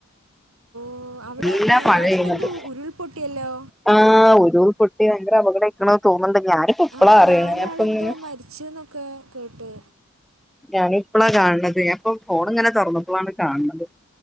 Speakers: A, on the right; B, in the centre.
A: ഓ അവിടെ
B: നല്ല
A: വയനാട്ടിലെന്തോ
B: മഴെയ്യുന്നുണ്ട്
A: ഉരുൾപൊട്ടിയല്ലോ
B: ആഹ് ഉരുൾപൊട്ടി ഭയങ്കര അപകടായ്ക്ക്ണ് തോന്ന്ണ്ട് ഞാന് ഇപ്പളാ
A: ആ
B: അറിണെ
A: നാലാളെന്തോ
B: ഞാപ്പങ്ങനെ
A: മരിച്ചെന്നൊക്കെ കേട്ട്
B: ഞാണ്പ്പളാ കാൺണത് ഞാൻ ഇപ്പെ ഫോണ്ങ്ങനെ തൊറന്നപ്പളാണ് കാൺണത്